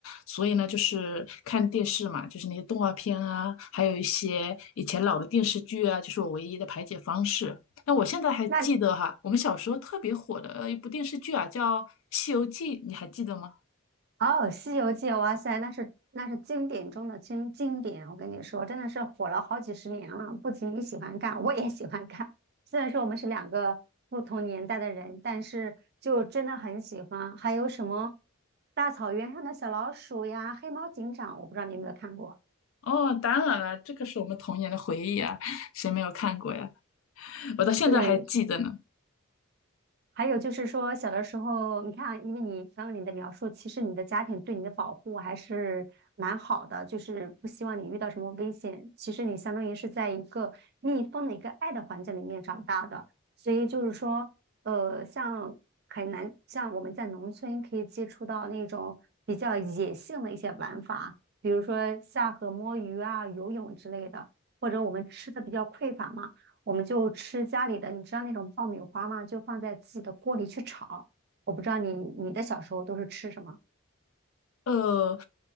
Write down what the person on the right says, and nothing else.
那。
哦，《西游记》哇塞，那是那是经典中的经经典，我跟你说，真的是火了好几十年了。不仅你喜欢看，我也喜欢看。虽然说我们是两个不同年代的人，但是就真的很喜欢。还有什么大草原上的小老鼠呀，黑猫警长，我不知道你有没有看过。
对，还有就是说，小的时候，你看啊，因为你刚刚你的描述，其实你的家庭对你的保护还是蛮好的，就是不希望你遇到什么危险。其实你相当于是在一个密封的一个爱的环境里面长大的，所以就是说，呃，像很难，像我们在农村可以接触到那种比较野性的一些玩法，比如说下河摸鱼啊、游泳之类的，或者我们吃的比较匮乏嘛。我们就吃家里的，你知道那种爆米花吗？就放在自己的锅里去炒。我不知道你你的小时候都是吃什么？